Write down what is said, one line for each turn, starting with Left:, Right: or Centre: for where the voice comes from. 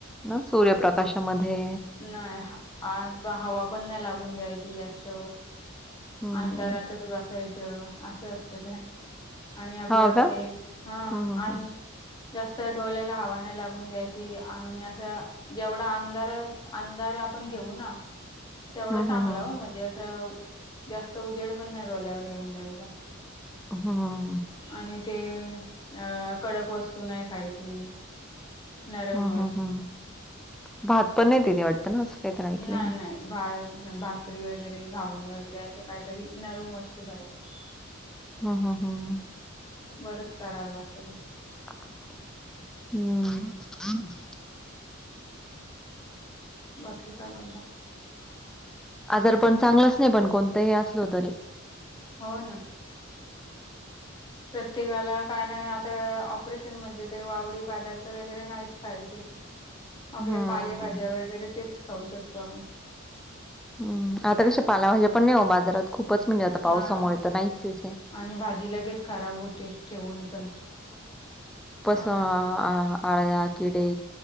Centre: ना सूर्यप्रकाशामध्ये.
Left: तेच नाही. हवा पण नाही लागून द्यायची जास्त.
Centre: हं.
Left: अंधारात- च बसायचं असं असतं ते. आणि आपलं
Centre: हो का?
Left: हे- हा.
Centre: हं, हं,
Left: आणि
Centre: हं.
Left: जास्त डोल्याला हवा नाही लागून द्यायची. आणि असं- जेवढा अंधार, अंधार आपण घेऊ ना? तेवढा
Centre: हं,
Left: चांगला
Centre: हं, हं.
Left: हो. म्हणजे असं जास्त उजेड पण नाही डोल्यावर येऊन द्यायचा.
Centre: हां.
Left: आणि ते आं कडक वस्तू नाही खायची. नरमच
Centre: हं. हं. हं. भात पण नाही तिथे वाटतं ना असं- काहीतरी ऐकलंय
Left: नाही
Centre: मी.
Left: नाही. भा भाकरी वगैरे घावणे वगैरे असं काहीतरी नरम वस्तू खायच.
Centre: हं. हं. हं.
Left: बरंच करायला लागतं ते.
Centre: हम्म.
Left: बाकी काय म्हणता?
Centre: आजार पण चांगलच नाही पण कोणतंही असल तरी.
Left: हो ना. प्रत्येकाला काय नाही आता ऑपरेशन म्हणजे ते वावडी पदार्थ वगैरे नाहीच खायचे. आपल्या
Centre: हं.
Left: पालेभाज्या वगैरे तेच खाऊ शकतो आपण.
Centre: हम्म. आता कस पालाभाज्या पण नाही हो बाजारात. खूपच म्हणजे आता पावसामुळे
Left: नाही हो
Centre: तर नाहीचे..
Left: आणि भाजी लगेच खराब होते ठेवून पण. हम्म
Centre: हां. आ, आळया, किडे.